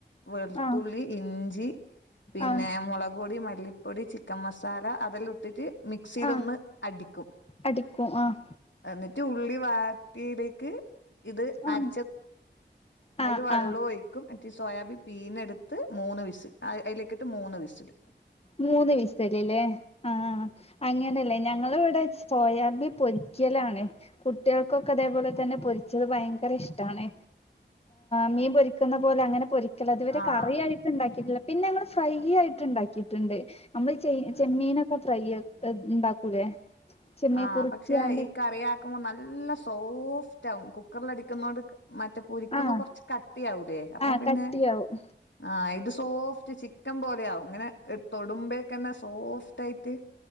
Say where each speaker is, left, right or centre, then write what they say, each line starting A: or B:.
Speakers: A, on the left (about 80°); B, on the left (about 35°).
A: വെൾത്തുള്ളി,
B: ആഹ്
A: ഇഞ്ചി പിന്നെ
B: ആഹ്
A: മുളക്പൊടി, മല്ലിപ്പൊടി, ചിക്കൻ മസാല, അതെല്ലഉട്ടിട്ട് മിക്സിയിലൊന്ന്
B: ആഹ്
A: അടിക്കും
B: അടിക്കും ആഹ്
A: എന്നിട്ട് ഉള്ളി വാത്തിയിലേക്ക് ഇത്
B: ആഹ്
A: അര അയിൽ
B: ആഹ്
A: വെളളം
B: ആഹ്
A: ഒഴിക്കും ന്നിട്ട് സേയാബി പീഞെടുത്ത് മൂന്ന് വിസ് അതിലേക്കിട്ട് മൂന്ന് വിസില്
B: മൂന്ന് വിസലല്ലേ ലേ. ആ അങ്ങനെല്ലേ ഞങ്ങളിവിടെ സേയാമ്പി പൊരി ച്ചലാണ് കുട്ടിയെൾകെക്കൊ ഇതേപോലെ തന്നെ പൊരിച്ചത് ഭയങ്കര ഇഷ്ടാണ് മ്മീം പൊരിക്കുന്ന പോലെ അങ്ങനെ പൊരി ഇതുവരെ
A: ആഹ്
B: കറി ആയിട്ട് ഉണ്ടാക്കിയിട്ടില്ല പിന്നെ ഞമ്മൾ ഫ്രൈ ആയിട്ട് ഉണ്ടാക്കിയിട്ടുണ്ട് നമ്മള് ചെയ്
A: ആഹ്
B: ചെമ്മീനൊക്കെ ഫ്രൈയ്യ് ൺ ഉണ്ടാക്കൂലേ ചെമ്മീൻ
A: ആ
B: കുറിക്കാണ്ട്
A: പക്ഷെ ഈ കറിആക്കുമ്പോ നല്ല സോഫ്റ്റ് ആകും. കുക്കറൽല് അടിക്കുന്നേണ്ട് മറ്റേ പൊരിക്കുമ്പോ
B: ആഹ്
A: കൊറച്ച് കട്ടിയാവുല്ലേ അപ്പം
B: ആഹ്
A: പിന്നെ
B: കട്ടിയാവും
A: ആ ഇത് സോഫ്റ്റ് ചിക്കൻ പോലെയാവും അങ്ങനെ തൊടുമ്പൊക്കെന്നെ സോഫ്റ്റ് ആയിട്ട്